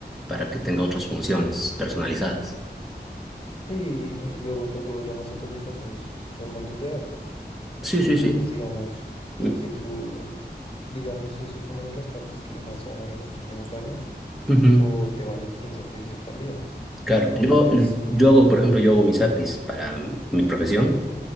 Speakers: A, in the centre; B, on the left (about 30°).
A: para que tenga otras funciones personalizadas.
B: Y, y luego tú, tú lo llamas a tu aplicación y son un montón de datos.
A: Sí,
B: Entonces,
A: sí, sí.
B: digamos,
A: Mm,
B: si tú, digamos, eso es una de las partes que más se va a mover en los próximos años
A: ujú.
B: por tema de la inteligencia artificial también.
A: Claro,
B: Entonces,
A: yo, yo hago, por ejemplo, yo hago mis APIs para mi profesión,